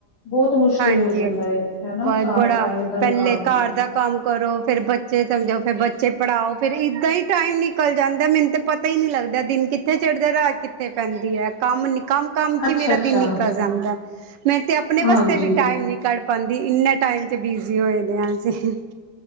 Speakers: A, on the left; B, on the right.
A: ਬਹੁਤ ਮੁਸ਼ਕਿਲ
B: ਹਾਂਜੀ
A: ਹੋ ਜਾਂਦਾ ਏ, ਹੈਨਾ
B: ਬਹੁਤ
A: ਸਾਰਾ
B: ਬੜਾ
A: ਟਾਈਮ ਦਾ ਨੀਕਾਲਣਾ।
B: ਪਹਿਲੇ ਘਰ ਦਾ ਕੰਮ ਕਰੋ ਫੇਰ ਬੱਚੇ ਚਮਜੋ ਫੇਰ ਬੱਚੇ ਪੜਾਓ ਫੇਰ ਈਦਾਂ ਈ ਟਾਈਮ ਨਿਕਲ ਜਾਂਦਾ ਮੇਨੂੰ ਤੇ ਪਤਾ ਈ ਨੀ ਲੱਗਦਾ ਦਿਨ ਕਿਥੇ ਚੜਦਾ ਰਾਤ ਕਿਥੇ ਪੈਂਦੀ ਐ ਕੰਮ ਨੀ ਕੰਮ ਕੰਮ
A: ਅੱਛਾ
B: ਚ ਮੇਰਾ
A: ਅੱਛਾ
B: ਦਿਨ ਨਿਕਲ ਜਾਂਦਾ ਐ, ਮੈਂ ਤੇ ਅਪਨੇ
A: ਹਾਂਜੀ
B: ਵਸ ਨੀ ਕਾਡ ਪਾਂਦੀ ਈਨਾ ਟਾਈਮ ਚ ਬਿਜੀ ਹੋਏ ਦੇਆ ਅਸੀਂ।